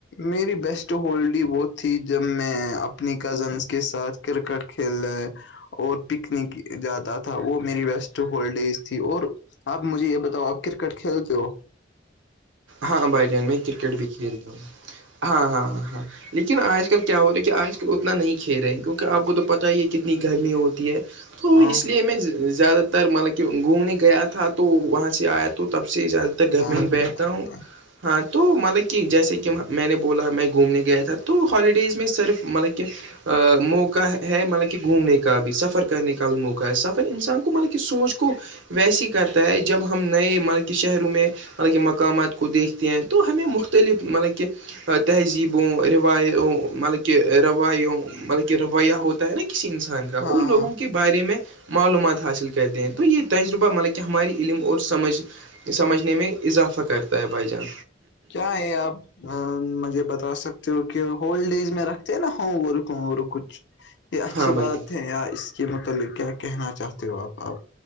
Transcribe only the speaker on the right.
ہاں بھائی جان میں کرکٹ بھی کھیلتا ہوں ہاں ہاں ہاں ہاں لیکن آج کل کیا ہو رہا ہے کہ آج کل اتنا نہیں کھی رہے ہیں کیونکہ آپ کو تو پتا ہی ہے کتنی گرمی ہوتی ہے تو
اس لیے میں زیادہ تر مطلب کہ گھومنے گیا تھا تو وہاں سے آیا تھا تو تب سے زیادہ تر گھر
میں ہی
بیٹھتا ہوں ہاں تو مطلب کہ جیسے کہ میں نے بولا میں گھومنے گیا تھا تو ہالیڈیز میں صرف مطلب کہ موقع ہے مطلب کہ گھومنے کا بھی سفر کرنے کا بھی موقع ہے سفر انسان کو مطلب کہ سوچ کو ویسے ہی کرتا ہے جب ہم نئے مطلب کہ شہروں میں مطلب کہ مقامات کو دیکھتے ہیں تو ہمیں مختلف مطلب کہ تہذیبوں روایوں مطلب کہ روایوں مطلب کہ رویہ ہوتا ہے نا کسی انسان کا
ان لووں کے بارے میں معلومات حاصل کرتے ہیں تو یہ تجربہ مطب کہ ہماری علم اور سمجھ سمجھنے میں اضافہ کرتا ہے بھائی جان
ہاں بھائی
جان